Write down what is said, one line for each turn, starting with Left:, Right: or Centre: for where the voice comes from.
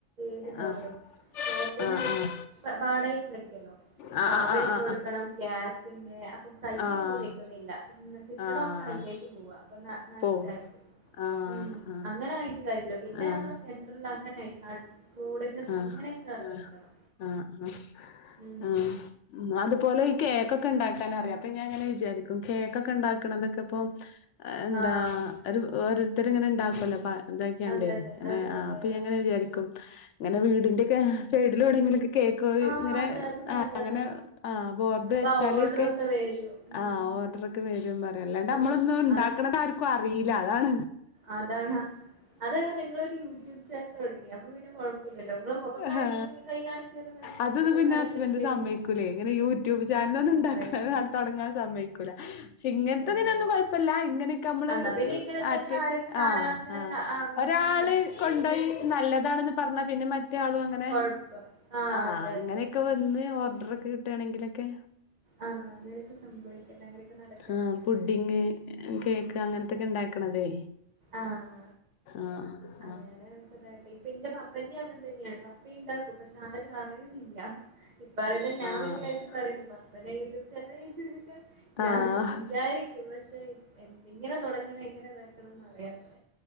Right: ഇത്ണ്ടാവല്ലോ
Left: ആഹ് ആഹ്
Right: ഷോപ്പിന്
Left: ആഹ്
Right: വാടകക്കാരിക്കുലോ അപ്പോ
Left: ആഹ്
Right: ആ
Left: ആഹ്
Right: പൈസ
Left: ആഹ് ആഹ് ആഹ്
Right: കൊടുക്കണം ഗ്യാസിന്റെ അപ്പം കയ്യിലൊന്നും
Left: ആഹ്
Right: നിക്കുന്നില്ല കിട്ടണൊക്കെ
Left: ആഹ്
Right: അയിലേക്ക് പോവ അപ്പോ ന നഷ്ടായിപ്പോയി
Left: പോ ആഹ്
Right: ഉം
Left: ആഹ്
Right: അങ്ങനെ ആയിട്ട് കാര്യല്ല പിന്നെ
Left: ആഹ്
Right: നമ്മളെ സെൻട്രല് അങ്ങനെ ആയിട്ട് നാ റോഡിന്റെ സ
Left: ആഹ്
Right: അങ്ങനെയൊക്കെ
Left: ആഹ്
Right: വെക്കണം
Left: ആഹ് ആഹ്
Right: ഉം
Left: ആഹ് ഉം അതുപോലെ ഈ കേക്കൊക്കെ ഇണ്ടാക്കാൻ അറിയാം അപ്പോ ഞാൻ അങ്ങനെ വിചാരിക്കും കേക്കൊക്കെ ഇണ്ടാക്കണതൊക്കെ ഇപ്പോം എന്താ
Right: ആഹ്
Left: ഒരു ഓരോരുത്തർ ഇങ്ങനെ ഉണ്ടാക്കുമല്ലോ. എന്താക്കെയണ്ടേ
Right: അതെ അതെ
Left: എന്നനെ
Right: അതെ
Left: ആഹ്
Right: അതെ
Left: അപ്പൊങ്ങനെ വിചാരിക്കും. ഇങ്ങനെ വീടിന്റെക്കെ സൈഡിൽ വേണെങ്കിലൊക്കെ കേക്ക്‌.
Right: ആഹ്
Left: ഇങ്ങനെ
Right: അതെ അത്
Left: ആഹ്
Right: നല്ലതാ
Left: അങ്ങനെ ആഹ് ബോർഡ്
Right: അപ്പൊ
Left: വെച്ചാല്
Right: ഓർഡറൊക്കെ
Left: ഒക്കെ.
Right: വരും ഉം
Left: ആഹ് ഓർഡർ ഒക്കെ വരു പറയും അല്ലാണ്ട് നമ്മളൊന്നും
Right: ആഹ്
Left: ഉണ്ടാക്കണത്
Right: അത്
Left: ആർക്കും അറീയില്ല അതാണ്.
Right: അതാണ് അത നിങ്ങളൊരു യൂട്യൂബ് ചാനൽ തുടങ്ങി അപ്പൊ പിന്നെ കൊഴ ല്ലോ മുഖം കാണിക്കണംന്നില്ല
Left: ഹാ
Right: കൈ കാണിച്ചാലും മതി
Left: അതൊന്നും
Right: മുഖം
Left: പിന്നെ
Right: കാണിക്കാന്
Left: ഹസ്ബൻഡ്
Right: പേടി.
Left: സമ്മയ്ക്കൂലേ ഇങ്ങനെ യൂട്യൂബ് ചാനല
Right: ഓഹ്
Left: ഒന്നും ഉണ്ടാക്കാെ
Right: അത് ശരി
Left: തുടങ്ങാൻ സമ്മയ്ക്കൂല പക്ഷെ ഇങ്ങനത്തതിനൊന്നും
Right: ഓഹ്
Left: കൊഴ. പ്പല്ല ഇങ്ങനെയൊക്കെ മ്മള്
Right: എന്നാ പിന്നെ ഇങ്ങനെ തന്നെ
Left: ആഹ്
Right: ആരെങ്കിലും നാലാൾക്കാരെ
Left: ആഹ് ആഹ്
Right: അറിയിച്ചാ
Left: ഒരാള്
Right: മതി
Left: കൊണ്ടോയി നല്ലതാണെന്ന് പറഞ്ഞാ പിന്നെ മറ്റേ ആളും അങ്ങ അങ്ങനെ
Right: കൊഴപ്പം
Left: ആഹ്
Right: അതെ
Left: അങ്ങനെയൊക്കെ
Right: അതെ അതെ
Left: വന്ന് ഓർഡർ ഒക്കെ കിട്ടാണെങ്കിലൊക്കെ.
Right: ആഹ് അങ്ങനെയൊക്കെ സംഭവിക്കട്ടെ അങ്ങനെയൊക്കെ നടക്കട്ടെ.
Left: ആഹ് <unintelligible> കേക്ക് അങ്ങനത്തൊക്കെ ഇണ്ടാക്കണതെ.
Right: ആഹ്
Left: ആഹ്
Right: അങ്ങനൊക്കെ
Left: ആഹ്
Right: കേക്ക ഇപ്പ ന്റെ പപ്പന്റെയും അങ്ങനെ തന്നെയാണ് പപ്പ ഉണ്ടാക്കും പക്ഷെ ആരും. യുന്നില്ല ഇപ്പ പറയുന്ന ഞാൻ
Left: ആഹ്
Right: വലിയായിട്ട് പറയ്ണ്ട് പപ്പന്റ് യൂട്യൂബ് ചാനൽക്കെ ഞാനും
Left: ആഹ്
Right: വിചാരിക്കും പക്ഷെ എ എങ്ങനെ തുടങ്ങണെ എങ്ങനെ ഇതാക്കണംന്ന് അറിയണ്ടെ.